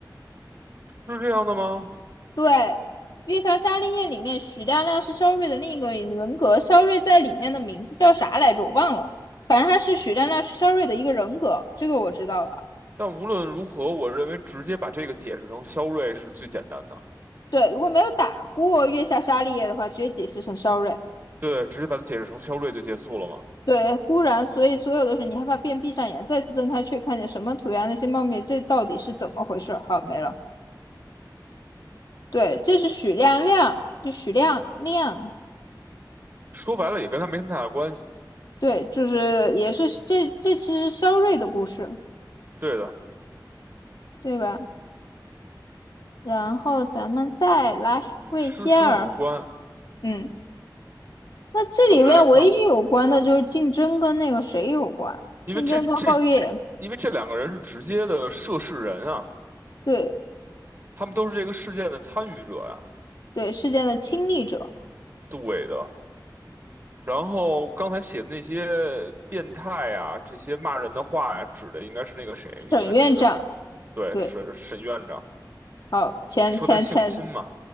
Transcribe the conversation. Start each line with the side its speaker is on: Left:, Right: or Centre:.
Right: 是这样的吗？
Left: 对，月下沙利叶里面许亮亮是肖瑞的另一个人格，肖瑞在里面的名字叫啥来着？我忘了，反正他是许亮亮是肖瑞的一个人格，这个我知道了。
Right: 但无论如何，我认为直接把这个解释成肖瑞是最简单的。
Left: 对，如果没有打过月下沙利叶的话，直接解释成肖瑞。
Right: 对，直接把它解释成肖瑞就结束了嘛。
Left: 对，忽然，所以所有的是你害怕便闭上眼，再次睁开却看见什么涂鸦那些茂密，这到底是怎么回事？好，没了。对，这是许亮亮，就许亮亮，
Right: 说白了也跟他没什么太大关系。
Left: 对，就是也是这这其实肖瑞的故事，
Right: 对的，
Left: 对吧？然后咱们再来魏仙儿，
Right: 与诗诗无关。
Left: 嗯，那这里面唯一有关的就是竞争跟那个谁有关，
Right: 我们来看。因为这这，
Left: 竞争跟皓月，
Right: 因为这两个人是直接的涉事人啊，
Left: 对
Right: 他们都是这个事件的参与者呀、
Left: 对，事件的亲历者，
Right: 对的。然后刚才写的那些变态呀、这些骂人的话呀、指的应该是那个谁，
Left: 沈院长，
Right: 应该指的是对沈沈院长
Left: 对，好，前前前，
Right: 说他性侵嘛，